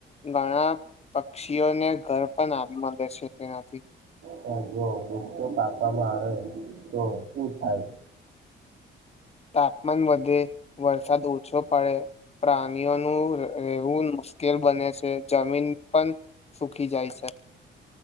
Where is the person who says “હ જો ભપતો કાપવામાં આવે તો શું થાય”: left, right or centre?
Right